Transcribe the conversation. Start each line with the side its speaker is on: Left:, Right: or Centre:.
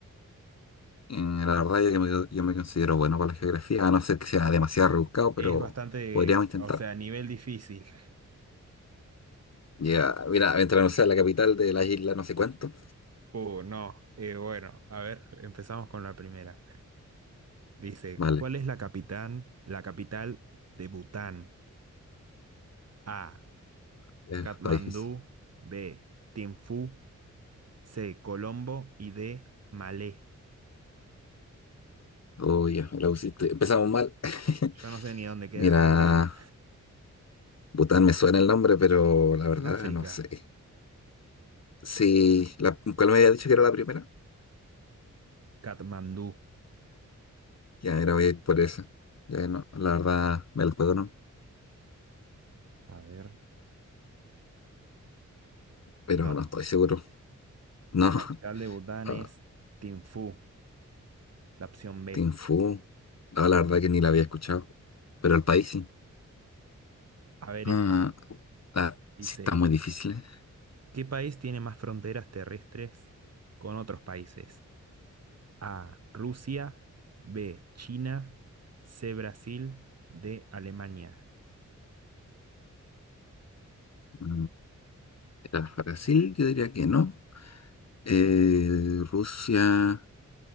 Left: Eh, la verdad, yo, que me, yo me considero bueno para la geografía, a no ser que sea demasiado rebuscado, pero
Right: Es bastante,
Left: podríamos intentar.
Right: o sea, nivel difícil.
Left: Ya, mira, mientras no sea la capital de la isla, no sé cuánto.
Right: Uh, no. Eh, bueno, a ver, empezamos con la primera. Dice,
Left: Vale,
Right: ¿cuál es la capital, la capital de Bután? A,
Left: eh,
Right: Katmandú,
Left: está difícil.
Right: B, Thimphu, C, Colombo y D, Malé.
Left: Uy, ya, me la pusiste. Empezamos mal. <laughs>
Right: Yo no sé ni dónde queda
Left: Mira,
Right: Bután,
Left: Bután me suena el nombre, pero la
Right: en
Left: verdad,
Right: África.
Left: no sé. Sí, la, ¿cuál me había dicho que era la primera?
Right: Katmandú.
Left: Ya, era voy a ir por esa. Ya, no, la verdad, me la juego ¿no?
Right: A ver,
Left: pero
Right: No.
Left: no estoy seguro. No,
Right: La capital de Bután
Left: <laughs> ah,
Right: es Thimphu, la opción B.
Left: Tim Fu, no, la verdad que ni la había escuchado, pero el país sí.
Right: A ver
Left: Ah,
Right: esta.
Left: ah,
Right: Dice,
Left: sí, está muy difícil. ¿eh?
Right: ¿qué país tiene más fronteras terrestres con otros países? A, Rusia, B, China, C, Brasil, D, Alemania.
Left: Mm, Era Brasil, yo diría que no. Eh, Rusia,